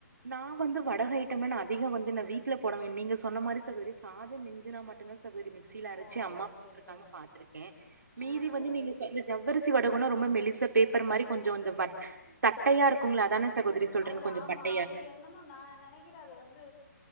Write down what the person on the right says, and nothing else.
நா வந்து வடக ஐட்டமே நா அதிகோ வந்து நா வீட்டு்ல போடவேன் நீங்க சொன்ன மாரி சகோதரி சாதம் மிஞ்சுனா மட்டுதா சகோதரி மிக்சில அரைச்சி
அம்மா போட்டு
குடுத்திருக்காங்க
பாத்துருக்கே மீதி
வந்து
நீங்க இந்த ஜவ்வரி த்தி வடகோணா ரொம்ப மெலிச பேப்பர் மாரி கொஞ்சோ தட்டையா இருக்கோங்களே அத்தானே என் சகோதரி சொல்றிங்க
கொஞ்சோ
பட்